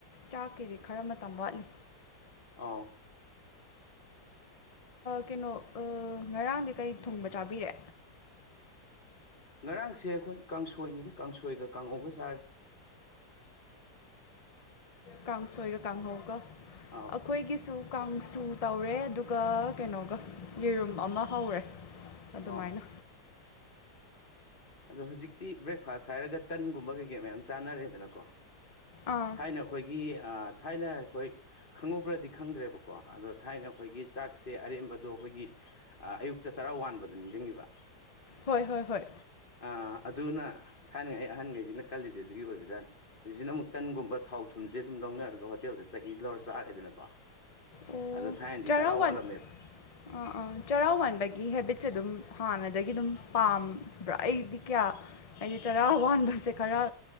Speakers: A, on the left; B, on the left.
A: ꯆꯥꯛꯀꯗꯤ ꯈꯔ ꯃꯇꯝ ꯋꯥꯠꯂꯤ
B: ꯑ
A: ꯀꯩꯅꯣ ꯉꯔꯥꯡꯗꯤ ꯀꯩ ꯊꯨꯡꯕ ꯆꯥꯕꯤꯔꯦ
B: ꯉꯔꯥꯡꯁꯦ ꯑꯩꯈꯣꯏ ꯀꯥꯡꯁꯣꯏꯅꯤꯗ ꯀꯥꯡꯁꯣꯏꯒ ꯀꯥꯡꯉꯧꯒ ꯆꯥꯔꯦ
A: ꯀꯥꯡꯁꯣꯏꯒ ꯀꯥꯡꯍꯧꯒ
B: ꯑꯧ
A: ꯑꯩꯈꯣꯏꯒꯤꯁꯨ ꯀꯥꯡꯁꯨ ꯇꯧꯔꯦ ꯑꯗꯨꯒ ꯀꯩꯅꯣꯒ ꯌꯦꯔꯨꯝ ꯑꯃ ꯍꯧꯔꯦ ꯑꯗꯨꯃꯥꯏꯅ
B: ꯑꯧ ꯑꯗꯣ ꯍꯧꯖꯤꯛꯇꯤ ꯕ꯭ꯔꯦꯛꯐꯥꯁ ꯍꯥꯏꯔꯒ ꯇꯟꯒꯨꯝꯕ ꯀꯩꯀꯩ ꯃꯌꯥꯝ ꯆꯥꯅꯔꯦꯗꯅꯀꯣ
A: ꯑꯥ
B: ꯊꯥꯏꯅ ꯑꯩꯈꯣꯏꯒꯤ ꯊꯥꯏꯅ ꯑꯩꯈꯣꯏ ꯈꯪꯍꯧꯕ꯭ꯔꯗꯤ ꯈꯪꯗ꯭ꯔꯦꯕꯀꯣ ꯑꯗꯣ ꯊꯥꯏꯅ ꯑꯩꯈꯣꯏꯒꯤ ꯆꯥꯛꯁꯦ ꯑꯔꯦꯝꯕꯗꯣ ꯑꯩꯈꯣꯏꯒꯤ ꯑꯌꯨꯛꯇ ꯆꯔꯥ ꯋꯥꯟꯕꯗꯨꯣ ꯅꯤꯡꯁꯤꯡꯉꯕ
A: ꯍꯣꯏ ꯍꯣꯏ ꯍꯣꯏ
B: ꯑꯥ ꯑꯗꯨꯅ ꯊꯥꯏꯅꯉꯩ ꯑꯩ ꯑꯍꯟꯈꯩꯁꯤꯅ ꯀꯜꯂꯤꯁꯦ ꯑꯗꯨꯒꯤ ꯑꯣꯏꯕꯖꯥꯠꯅꯤ ꯍꯧꯖꯤꯛꯁꯤꯅ ꯑꯃꯨꯛ ꯇꯟꯒꯨꯝꯕ ꯊꯥꯎ ꯊꯨꯝꯁꯦ ꯑꯗꯨꯝ ꯂꯧꯅꯔꯒ ꯍꯣꯇꯦꯜꯗ ꯆꯍꯤ ꯂꯧꯔ ꯆꯥꯔꯦꯗꯅꯀꯣ
A: ꯑꯣ
B: ꯑꯗꯣ ꯊꯥꯏꯗꯤ
A: ꯆꯔꯥ
B: ꯆꯔꯥꯎ
A: ꯋꯥꯟ
B: ꯋꯥꯠꯂꯝꯃꯦꯕ
A: ꯑꯥ ꯑꯥ ꯆꯩꯔꯥꯎ ꯋꯥꯟꯕꯒꯤ ꯍꯦꯕꯤꯠꯁꯦ ꯑꯗꯨꯝ ꯍꯥꯟꯅꯗꯒꯤ ꯑꯗꯨꯝ ꯄꯥꯝꯕ꯭ꯔꯥ ꯑꯩꯗꯤ ꯀꯌꯥ ꯍꯥꯏꯗꯤ ꯇꯔꯥ ꯋꯥꯟꯕꯁꯦ ꯈꯔ